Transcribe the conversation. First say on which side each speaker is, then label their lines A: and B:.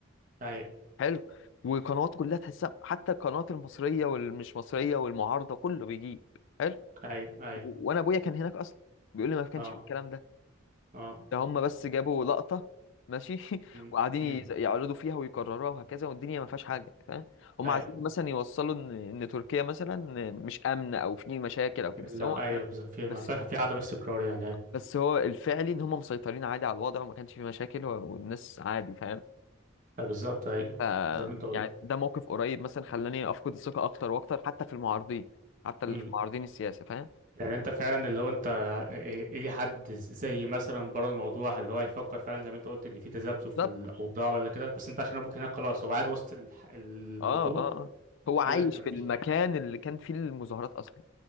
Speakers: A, on the right (about 40°); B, on the left (about 65°).
A: أيوه
B: حلو والقنوات كلها تحسها حتى القنوات المصرية والمش مصرية والمعارضة كله بيجيب حلو
A: أيوه أيوه
B: و- وانا ابويا كان هناك اصلا بيقول لي ما كانش
A: اه
B: في الكلام ده
A: اه
B: ده هم بس جابوا لقطة ماشي <laughs>
A: م-
B: وقاعدين
A: م.
B: يز- يعرضوا فيها ويكرروها وهكذا والدنيا ما فيهاش حاجة فاهم هم
A: ايوه
B: عايزين مثلا يوصلوا ان ان تركيا مثلا مش آمنة او في مشاكل او كده بس
A: لو
B: هم
A: ايوه
B: <laughs>
A: بالظبط في ما
B: بس
A: فيها في عدم استقرار يعني ايوه
B: بس هو الفعلي ان هم مسيطرين عادي على الوضع وما كانش في مشاكل و- والناس عادي فاهم
A: آه، بالظبط ايوه
B: ف
A: زي ما انت قلت
B: يعني ده موقف قريب مثلا خلاني افقد الثقة اكتر واكتر حتى في المعارضين حتى
A: م.
B: اللي في معارضين السياسة فاهم
A: يعني انت فعلا اللي هو انت ايه إيه حد زي مثلا بره الموضوع اللي هو يفكر فعلا زي ما انت قلت ان في تذبذب
B: بالظبط
A: في الاوضاع ولا كده بس انت عشان ابوك هناك خلاص هو قاعد وسط الح- الموضوع
B: اه اه آه. هو عايش
A: قال لك ان مفيش
B: في المكان
A: حاجه
B: اللي كان فيه المظاهرات اصلا